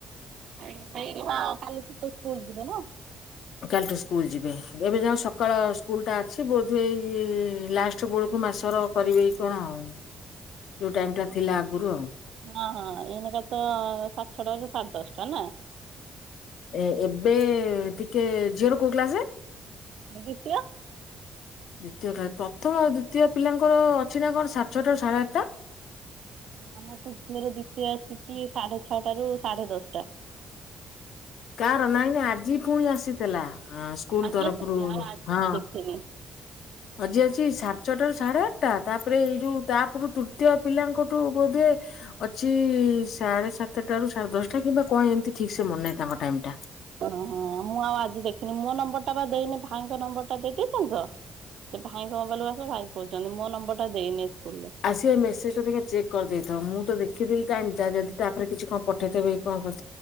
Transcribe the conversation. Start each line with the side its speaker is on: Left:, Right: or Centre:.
Right: ତ ସ୍କୁଲ ଯିବ ନା।
Left: କାଲିଠୁ ସ୍କୁଲ ଯିବେ ଏବେ ଯ ସକାଳ ସ୍କୁଲ ଟା ଅଛି ବୋଧ ଏଇ ଲାଷ୍ଟ ବେଳକୁ ମାସର କରିବେ କଣ ଆଉ। ଯୋଉ ଟାଇମ ଟା ଥିଲା ଆଗରୁ ଆଉ।
Right: ହଁ ହଁ ଏନକ ତ ସାଢେ ଛଅ ଟା ରୁ ସାଢେ ଦଶଟା ନା।
Left: ଏ ଏବେ ଟିକେ ଝିଅର କୋଉ କ୍ଲାସେ?
Right: ଦ୍ୱିତୀୟ।
Left: ଦ୍ଵିତୀୟ କ୍ଲାସ ପ୍ରଥମ ଦ୍ଵିତୀୟ ପିଲାଙ୍କର ଅଛି ନା କଣ ସାଢେ ଛଅଟା ରୁ ସାଢେ ଆଠଟା।
Right: ଆମର ତୃତୀୟ ରୁ ଦ୍ଵିତୀୟ ଆସିଛି ସାଢେ ଛଅଟା ରୁ ସାଢେ ଦଶଟା।
Left: କାହାର ନାହିଁ ଆଜି ପୁଣି ଆସିଥିଲା ସ୍କୁଲ
Right: ଆଜି
Left: ତରଫରୁ
Right: ଆସିଛି ଆଉ ଆଜି
Left: ହଁ।
Right: ମୁଁ ଦେଖିନି।
Left: ଆଜି ଅଛି ସାତ ଛଅଟା ରୁ ସାଢେ ଆଠ। ତାପରେ ଏଇ ଯୋଉ ତାପରୁ ତୃତୀୟ ପିଲାଙ୍କଠୁ ବୋଧେ ଅଛି ସାଢେ ସାତଟା ରୁ ସାଢେ ଦଶଟା କିମ୍ବା କଣ ଏମତି ଠିକ୍ ସେ ମନେ ନାହିଁ ତାଙ୍କ ଟାଇମ୍ ଟା।
Right: ଓହୋ ମୁଁ ଆଉ ଆଜି ଦେଖିନି ମୋ ନମ୍ବର ଟା ବା ଦେଇନି ଭାଇଙ୍କ ନମ୍ବର ଟା ଦେଇଦେଇଛନ୍ତି ତ। ସେ ଭାଇଙ୍କ ମୋବାଇଲକୁ ଆସ ଭାଇ କହୁଛନ୍ତି ମୋ ନମ୍ବର ଟା ଦେଇନି। ସ୍କୁଲରେ।
Left: ଆସବ ଏଇ ମେସଜ ଟା ଟିକେ ଚେକ୍ କରିଦେଇଥାଉ। ମୁଁ ତ ଦେଖିଥିଲି ଟାଇମ୍ ଟା ତାପରେ କିଛି କଣ ପଠେଇଥିବେ କଣ କରୁ